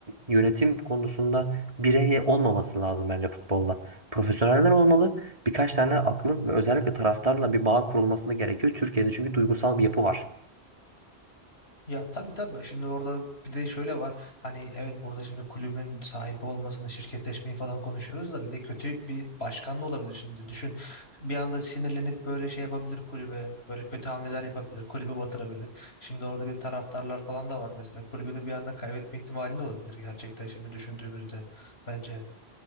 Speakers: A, on the right; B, on the left.
A: yönetim konusunda birey olmaması lazım bence futbolda. Profesyoneller olmalı birkaç tane aklın ve özellikle taraftarla bir bağ kurulmasını gerekiyor. Türkiye'de çünkü duygusal bir yapı var.
B: Ya tabii tabii. Şimdi orada bir de şöyle var. Hani evet burada şimdi kulübün sahibi olmasını, şirketleşmeyi falan konuşuyoruz da bir de kötü bir başkan da olabilir şimdi. Düşün. Bir anda sinirlenip böyle şey yapabilir kulübe. Böyle kötü hamleler yapabilir. Kulübü batırabilir. Şimdi orada bir taraftarlar falan da var mesela. Kulübünü bir anda kaybetme ihtimali de olabilir gerçekten şimdi düşündüğümüzde bence.